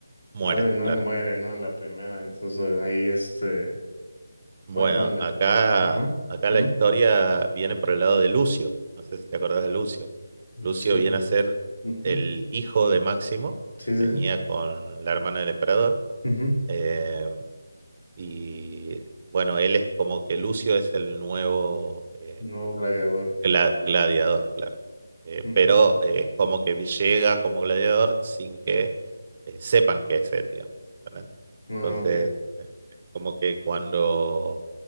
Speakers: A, on the right; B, on the left.
A: Muere,
B: Muere, no
A: claro.
B: muere, ¿no? En la primera, entonces ahí este,
A: Bueno,
B: cuéntanle.
A: acá,
B: Ajá.
A: acá
B: ujú,
A: la historia viene por el lado de Lucio. No sé si te acordás de Lucio.
B: Los
A: Lucio
B: cielos.
A: viene a ser
B: ujú,
A: el hijo de Máximo,
B: Sí,
A: que tenía
B: sí. sí,
A: con la hermana del emperador.
B: ujú,
A: Eh, y bueno, él es como que Lucio es el nuevo eh,
B: No gladiador.
A: gla- gladiador, claro. Eh,
B: ujú,
A: pero eh, es como que llega como gladiador sin que eh, sepan que es él, digamos. ¿entendés?
B: No,
A: Entonces,
B: ok.
A: eh, como que cuando